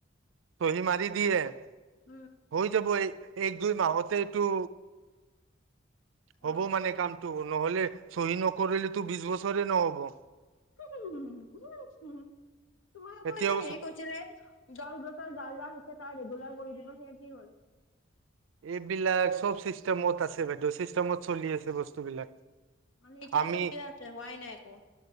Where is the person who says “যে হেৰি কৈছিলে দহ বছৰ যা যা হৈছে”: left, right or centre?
Left